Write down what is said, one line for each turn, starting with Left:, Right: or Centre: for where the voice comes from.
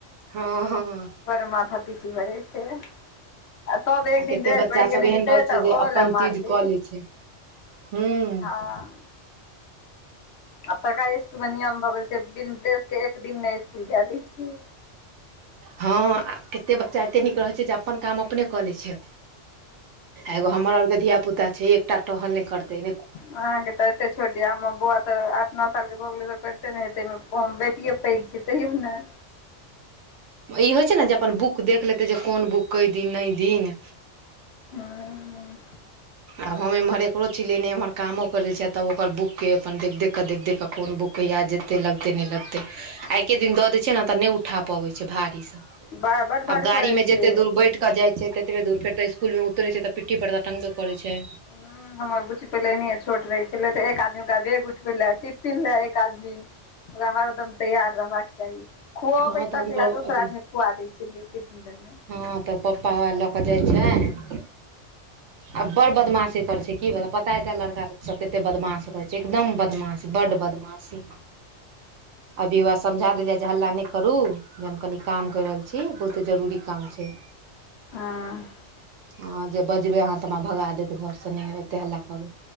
Right: हँ हँ।
Left: पर माथा-पीची भऽ जै छै। तब एक
Right: आ
Left: दिन
Right: केते
Left: ड्रेस
Right: बच्चा
Left: पहिर के
Right: सब
Left: नहि जेतै
Right: एहेन रहै
Left: तऽ
Right: छै जे
Left: ओहो
Right: अपन
Left: लए मारतै
Right: चीज कऽ लै छै। हूँ।
Left: हँ आब सरकारी स्कूल में नियम भऽ गेल छै बिन ड्रेस के एक दिन नै स्कूल जै दै छै।
Right: हँ आ केते बच्चा एते नीक रहै छै जे अपन काम अपने कऽ लै छै। एगो हमर और के धियापुता छै एकटा टहल नै करतै।
Left: अहाँके तऽ एते छोट या हमर बौआ तऽ आठ नऽ साल के भऽ गेलै तऽ पैढ़ते नै हेतै ओइमे बेटिए पैघ छै तैयो नै
Right: ई होइ छै न जे अपन बुक देख लेतै जे कोन बुक अय दिन नै दिन
Left: हँ-हँ।
Right: आब हम एमहर एकरो चीलेने इम्हर कामो करै छियै तब ओकर बुक के अपन देख-देख कऽ देख-देख कऽ कोन बुक कहिया जेतै लगतै नै लगतै आइके दिन दऽ दै छियै न तऽ नै उठा पबै छै भारी स
Left: बड़ बड
Right: आब
Left: भारी
Right: गाड़ी
Left: पड़ै
Right: में
Left: छै।
Right: जेतै दूर बैठ कऽ जै छै तेतबे दूर फेर तऽ इस्कूल उतरै छैऽ तऽ पिट्टी पर तऽ टंगबो करै छै।
Left: हं। हमर बुच्ची पहिले एनैहें छोट रहै छलै तऽ एक आदमी ओकर बेग उठबै लै टिप्पिन लै एक आदमी ओकरा हरदम तैयार रहबाक चाही। खुअबै
Right: हँ तऽ
Left: तक
Right: हुनकर
Left: लए दोसर
Right: अथी
Left: आदमी खुआ दै छेलियै टिप्पिन बेर में
Right: हँ तऽ पप्पा आर लऽ कऽ जाइ छै आब बड़ बदमाशी करै छै कि बताऊ पता ऐ तैंय लड़का सब केते बदमास रहै छै एकदम बदमास बड बदमास। सी अभी हौआ समझा देलियै जे हल्ला नै करू जे हम कनि काम कै रहल छी बहुते जरूरी काम छै
Left: हाँ।
Right: हँ जे बजबै अहाँ तऽ हमरा भगा देत घरसँ नै ओते हल्ला करू